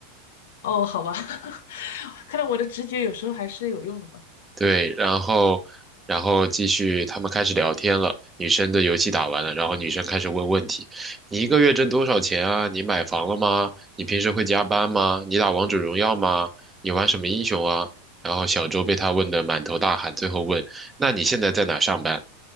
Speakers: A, on the left; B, on the right.
A: 哦，好吧，<laughs> 看来我的直觉有时候还是有用的吧。
B: 对，然后，然后继续，他们开始聊天了。女生的游戏打完了，然后女生开始问问题：“你一个月挣多少钱啊？你买房了吗？你平时会加班吗？你打王者荣耀吗？你玩什么英雄啊？”然后小周被他问得满头大汗，最后问：“那你现在在哪上班？”